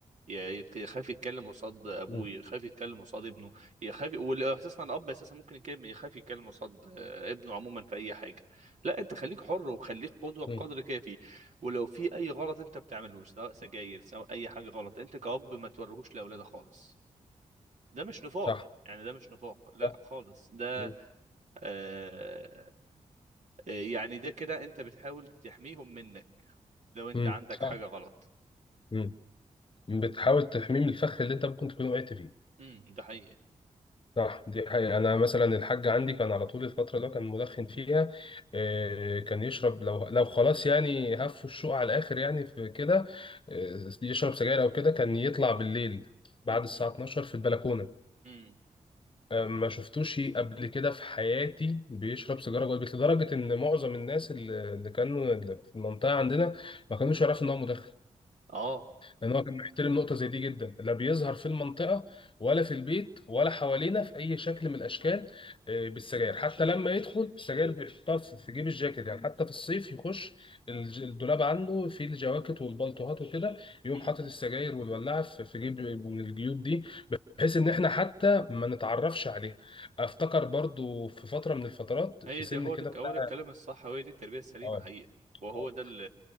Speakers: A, on the right (about 60°); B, on the left (about 40°).
A: ي- يت- يخاف يتكلم قصاد ابوه
B: مم.
A: يخاف يتكلم قصاد ابنه يخاف واساسا الاب اساسا ممكن يتكلم يخاف يتكلم قصاد آه، ابنه عموما في اي حاجه لا انت خليك حر وخليك قدوه بقدر
B: مم.
A: كافي ولو في اي غلط انت بتعملوش سواء سجاير سواء اي حاجه غلط انت كأب ما توريهوش لاولادك خالص ده مش نفاق
B: صح
A: يعني ده مش نفاق لا
B: صح
A: خالص ده
B: مم.
A: آه آه، يعني ده كده انت بتحاول تحميهم منك لو انت
B: مم.
A: عندك
B: صح
A: حاجه غلط
B: مم. بتحاول تحميه من الفخ اللي أنت ممكن تكون وقعت فيه
A: امم ده حقيقي
B: صح دي حقيقة أنا مثلا الحاج عندي كان على طول الفترة اللي هو كان مدخن فيها آه، كان يشرب لو لو خلاص يعني هفوا الشوق على الآخر يعني في كده آه، يشرب سجاير أو كده كان يطلع بالليل بعد
A: امم
B: الساعة 12 في البلكونة
A: امم
B: ما شفتوش قبل كده في حياتي بيشرب سيجاره جوه البيت لدرجه ان معظم الناس اللي اللي كانوا اللي في المنطقه عندنا ما كانوش يعرفوا ان هو مدخن
A: اه
B: لان هو كان محترم نقطه زي دي جدا لا بيظهر في المنطقه ولا في البيت ولا حوالينا في اي شكل من الاشكال آه، بالسجاير حتى لما يدخل السجاير بيحطها في في جيب الجاكيت يعني حتى في الصيف يخش الج- الدولاب عنده فيه الجواكت والبلطوهات وكده يقوم
A: امم
B: حاطط السجاير والولاعه في في جيب من الجيوب دي بحيث ان احنا حتى ما نتعرفش عليه افتكر برضو في فتره من الفترات
A: هي
B: في
A: دي
B: سن
A: هو
B: كده
A: ده
B: بتاع
A: هو ده الكلام الصح وهي دي التربيه السليمه
B: اه
A: حقيقي وهو
B: آه.
A: ده ال-